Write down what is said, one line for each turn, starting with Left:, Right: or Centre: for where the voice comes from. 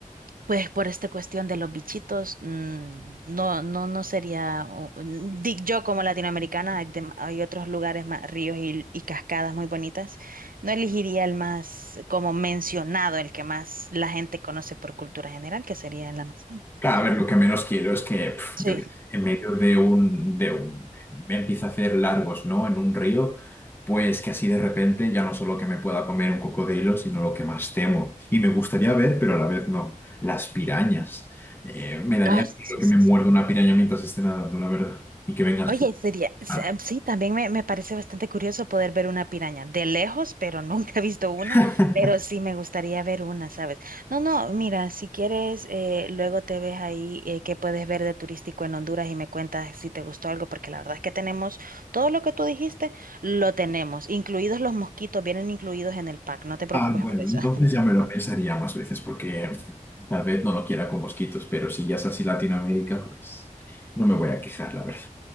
Right: pues por esta cuestión de los bichitos, mm, no, no, no sería, o- n- di- yo como latinoamericana, hay, dem- hay otros lugares más, ríos y, y cascadas muy bonitas, no elegiría el más, como mencionado, el que más la gente conoce por cultura general, que sería el Amazonas.
Left: Claro,
Right: Sí.
Left: a ver, lo que menos quiero es que pf,
Right: Sí.
Left: yo qué sé, en medio de un, de un, me empieza a hacer largos, ¿no? En un río, pues que así de repente ya no solo que me pueda comer un cocodrilo, sino lo que más temo. Y me gustaría ver, pero a la vez no, las pirañas. Eh, me daría
Right: Ah,
Left: miedo
Right: sí,
Left: que
Right: sí,
Left: me muerda
Right: sí.
Left: una piraña mientras esté nadando, la verdad, y que vengas
Right: Oye,
Left: tú.
Right: sería, s-
Left: Ah,
Right: em, sí, también me, me parece bastante curioso poder ver una piraña de lejos, pero <laughs> nunca he visto una,
Left: <laughs>
Right: pero sí me gustaría ver una, ¿sabes? No, no, mira, si quieres, eh, luego te ves ahí eh, qué puedes ver de turístico en Honduras y me cuentas si te gustó algo, porque la verdad es que tenemos todo lo que tú dijiste, lo tenemos, incluidos los mosquitos, vienen incluidos en el pack, no te preocupes
Left: Ah, bueno,
Right: por eso.
Left: entonces ya me lo pensaría más veces, porque pf, tal vez no lo quiera con mosquitos, pero si ya es así Latinoamérica, pues no me voy a quejar, la verdad.